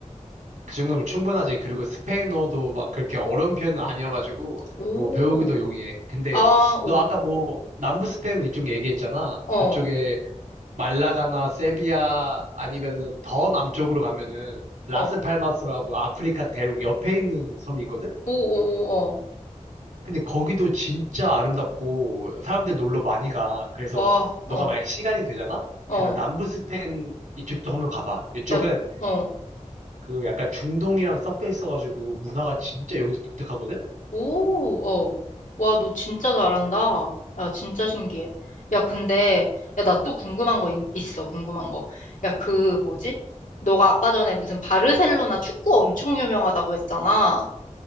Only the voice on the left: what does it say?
오,
아, 오,
어,
어,
오, 오, 오, 어,
와, 어,
어,
야, 너- 어,
오, 어, 와, 너 진짜 잘한다. 야, 진짜 신기해. 야, 근데, 야, 나 또 궁금한 거 있, 있어, 궁금한 거. 야, 그, 뭐지? 너가 아까 전에 무슨 바르셀로나 축구 엄청 유명하다고 했잖아.